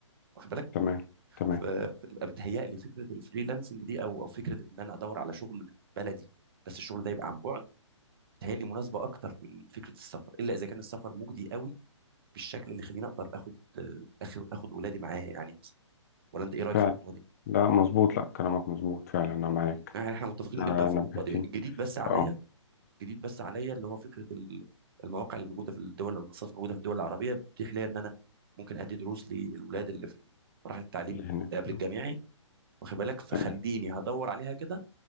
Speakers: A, on the right (about 50°); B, on the left (about 30°).
A: واخد بالك
B: تمام تمام
A: ف- فتبقى بتهيأ لي فكره الفريلانسنج دي او او فكره ان انا ادور على شغل من بلدي بس الشغل ده يبقى عن بعد بتهيأ لي مناسبه اكتر من فكره السفر الا اذا كان السفر مجدي قوي بالشكل اللي يخليني اقدر اخد اخد اخد ولادي معايا يعني مثلا ولا انت ايه رايك
B: فعلا
A: في النقطه دي؟
B: لا مظبوط لا كلامك مظبوط فعلا انا معاك
A: يعني احنا متفقين
B: آه،
A: جدا في
B: نبهتني
A: النقطه دي الجديد بس عليا
B: اه
A: الجديد بس عليا اللي هو فكره ال- المواقع اللي موجوده في الدول او المنصات الموجوده في الدول العربيه بتتيح ليا ان انا ممكن ادي دروس للولاد اللي في مراحل التعليم
B: اللي
A: اللي
B: هناك
A: قبل الجامعي واخد بالك فخليني
B: تمام
A: هدور عليها كده